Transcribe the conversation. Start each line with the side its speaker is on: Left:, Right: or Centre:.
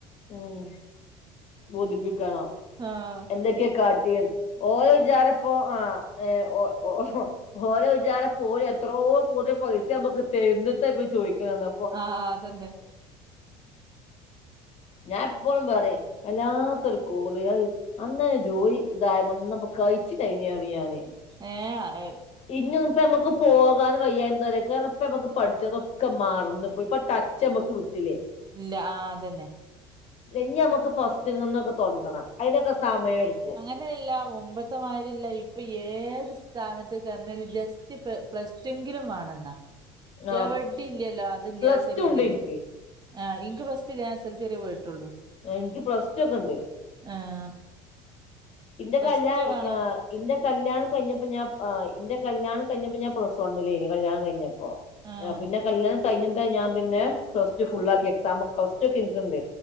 Left: ഉം ബോധിപ്പിക്കണം
Right: ആഹ്
Left: എന്തക്കെ കാട്ടിയേ. ഓല വിചാരപ്പോ ആഹ് ഏഹ് ഓഹ് <unintelligible> ഓല വിചാരം ഇപ്പോല് എത്രോ പുതിയ പൈസ നമ്മുക്ക് തന്ന്ട്ട് ഇപ്പ ചോദിക്ക്ണന്ന
Right: ആ അതെന്നെ
Left: ഞാൻ എപ്പളും പറയും വല്ലാത്തൊരു കോറി അഹ് അന്നേ ജോലി <unintelligible> ഒന്ന്പ്പോ കഴിച്ച് കഴ്ഞ്ഞറിയാനെ
Right: ഏഹ് അഹ്
Left: ഇഞ്ഞ്ന്ന്പ്പേ നന്മക്ക് പോകാൻ വയ്യാ എന്താറിയോ <unintelligible> നമ്മുക്ക് പഠിച്ചതൊക്കെ മർന്ന് ഇപ്പ ഇപ്പൊ ടച്ച് നമ്മക്ക് വിട്ടിലേ.
Right: ഇല്ല ആഹ് അതന്നെ
Left: ഇഞ്ഞി നമ്മക്ക് ഫസ്റ്റ്ങ്ങ്ന്നൊക്കെ തൊട്ങ്ങണം. അയിൻ്റെക്കെ സമയം എടുക്കും
Right: ഇന്ന് ഇല്ല മുമ്പത്തെമാരില്ല ഇപ്പ ഏത് സ്ഥാനത്ത് കർഞ്ഞലും ജെസ് റ്റ് പ്ല പ്ലസ് ടു എങ്കിലും വേണെന്നാ
Left: ആ
Right: എവിടെ ഇല്ലല്ലോ അതില്ലാത്തരുതേ
Left: പ്ലസ് ടു ഉണ്ട് എനിക്ക്
Right: ആ ഇൻക്ക് പ്ലസ് ടു ഇല്ല ഞാൻ എസ് എൽ സി വരെ പോയിട്ടുള്ളു.
Left: എനിക്ക് പ്ലസ് ടു ഒക്കെ ഇണ്ട്
Right: ആഹ്
Left: ഇൻ്റെ
Right: പ്ലസ്
Left: കല്യാണായി
Right: ടു വേണം
Left: <unintelligible> ഇന്റെ കല്യാണം കഴിഞ്ഞപ്പ ഞാൻ ആ ഇൻ്റെ കല്യാണം കഴിഞ്ഞപ്പ ഞാൻ പ്ലസ് വൺലേനി കല്യാണം കഴിഞ്ഞ ഓ
Right: ആഹ്
Left: ഞാ പിന്നെ കല്യാണം കഴിഞ്ഞി ട്ടെ ഞാൻ പിന്നെ പ്ലസ് ടു ഫുൾ ആക്കി എക്സാം പ്ലസ് ടു ഒക്കെ എനിക്കിണ്ട്